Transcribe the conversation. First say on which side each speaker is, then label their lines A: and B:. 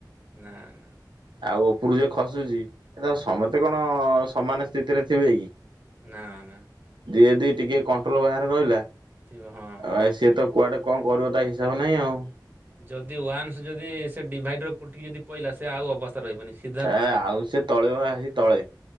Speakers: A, on the right; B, on the right.
A: ନା ନା।
B: ଆଉ ଉପରୁ ଯେ ଖସୁଛି ତ ସମସ୍ତେ କଣ ସମାନ ସ୍ଥିତିରେ ଥିବେ କି?
A: ନା ନା ନା।
B: ଯିଏଦି ଟିକେ କଣ୍ଟ୍ରୋଲ ବାହାର ରହିଲା
A: ଥିବ ହଁ।
B: ଆଉ ସିଏ କୁଆଡେ କଣ କରିବ ତ ହିସାବ ନାହିଁ ଆଉ
A: ଯଦି ୱାନ୍ସ ଯଦି ସେ ଡିଭାଇଡର କୁଟିକି ଯଦି ପହିଲା ସେ ଆଉ ଅବସ୍ଥା ରହିବନି ସିଧା
B: ଏ
A: ପାହାଡ଼
B: ଆଉ ସେ ତଳେ ହେ ତଳେ